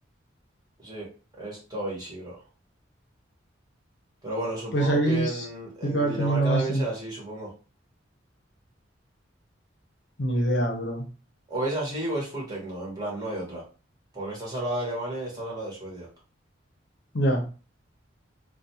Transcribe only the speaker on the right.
Sí, esto easy, bro. Pero bueno, supongo
que
en, en
Dinamarca
también
será así, supongo.
O es así o es full techno, en plan, no hay otra. Porque estás al lado de Alemania y estás al lado de Suecia.